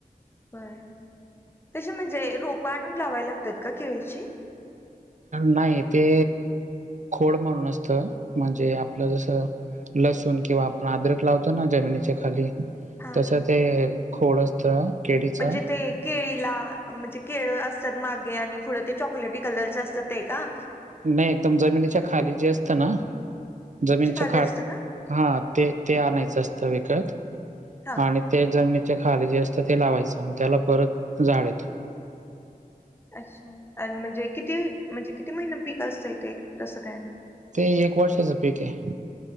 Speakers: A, on the left; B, on the right.
A: बरं कशी म्हणजे रोपा आणून लावायला लागतात का केळीची?
B: नाही ते खोड म्हणून असत म्हणजे आपलं जसं लसूण किंवा आपण अद्रक लावतो ना जमिनीच्या खाली
A: हा
B: तसं ते खोड असतं केळीचं
A: म्हणजे ते केळीला म्हणजे केळं असतात मागे आणि पुढं ते चॉकलेटी कलरचा असतात ते का?
B: नाही एकदम जमिनीच्या खाली जे असतं ना जमिनीच्या
A: खाली
B: खा
A: असतं का
B: हा ते ते आणायचं असतं विकत
A: हा
B: आणि ते जमनीत चा जे खाली जे असतं ते लावायचं मग त्याला परत झाड येतो.
A: अच्छा आणि म्हणजे किती म्हणजे किती महिना पीक असतं इथे तसं काय
B: ते एक वर्षाचं पीक आहे.